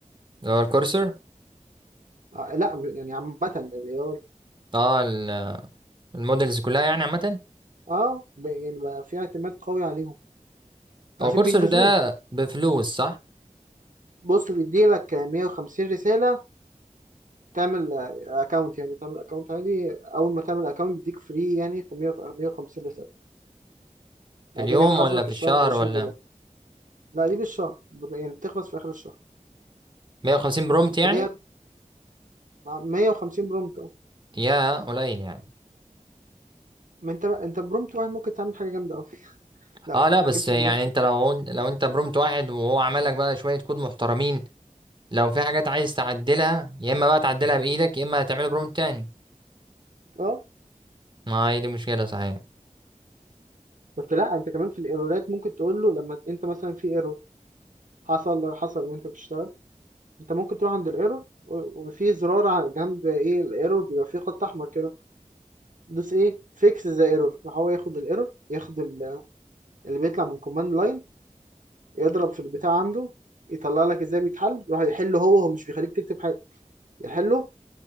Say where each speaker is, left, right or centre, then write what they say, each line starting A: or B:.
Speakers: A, on the right; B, on the right.
A: اللي هو الكورسر
B: آه لا يعني عامه الاي اي
A: اه ال- المودلز كلها يعني عامة
B: اه ب- يعني بقى في اعتماد قوي عليهم عشان
A: هو الكورسر
B: بينجزون
A: ده بفلوس صح
B: بص بيديلك 150 رساله تعمل اكونت يعني تعمل اكونت عادي اول ما تعمل اكونت بيديك فري يعني في 100 150 رساله
A: في
B: بعدين
A: اليوم
B: بيحاسبك
A: ولا في
B: الشهر
A: الشهر
B: ب 20
A: ولا
B: دولار لا دي بالشهر يعني بتخلص في اخر الشهر
A: 150 برومت
B: وبعديها
A: يعني
B: مع 150 برومت اه
A: يا قليل يعني
B: ما انت بقى انت برومت واحد ممكن تعمل حاجه جامده قوي <laughs> لو
A: اه لا بس
B: جبت
A: يعني
B: برومت
A: انت لو لو انت برومت واحد وهو عمل لك بقى شوية كود محترمين لو في حاجات عايز تعدلها يا اما بقى تعدلها بايدك يا اما هتعمل برومت تاني
B: اه
A: ما هي دي مشكله صحيح
B: بس لا انت كمان في الايرورات ممكن تقول له لما انت مثلا في ايرور حصل حصل وانت بتشتغل انت ممكن تروح عند الايرور و- وفي زرار على جنب ايه الايرور بيبقى فيه خط احمر كده دوس ايه فيكس ذا ايرور فهو ياخد الايرور ياخد ال- اللي بيطلع من كوماند لاين يضرب في البتاع عنده يطلع لك ازاي بيتحل يروح يحله هو هو مش بيخليك تكتب حاجه يحله